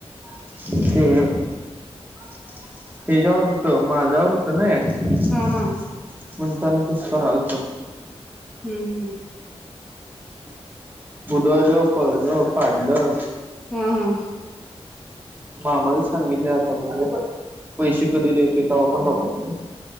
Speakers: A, on the right; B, in the centre.
A: <unintelligible> हिच्या्यावर होतं माझ्यावर होतं ना <unintelligible>
B: हा हा
A: म्हणताना तसं करालतो
B: हम्म ह
A: <unintelligible> पाडलं
B: हम्म हा हा
A: मामाला सांगितल आता बघूय पैसे कधी देत हे तवा भर हो <unintelligible>